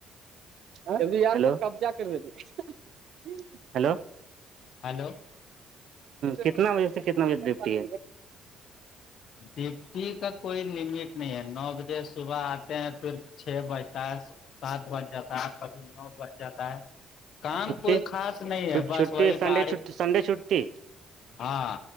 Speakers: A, on the right; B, on the left.
A: کرلو
B: ہلو
A: کتنا بجے سے کتنا بجے ڈپٹی ہے
B: ڈٹی کا کوئی لمٹ نہیں ہے نو بجے صبح آٹھ ہیں پھر چھ بجتا ہے سات بج جاتا ہے کبھی نو بج جاتا ہے کام
A: چھٹی
B: کوئی خاص نہیں
A: چھٹی
B: ہے بس وہی
A: سنڈے
B: گاڑی
A: چھٹی سنڈے چھٹی
B: ہاں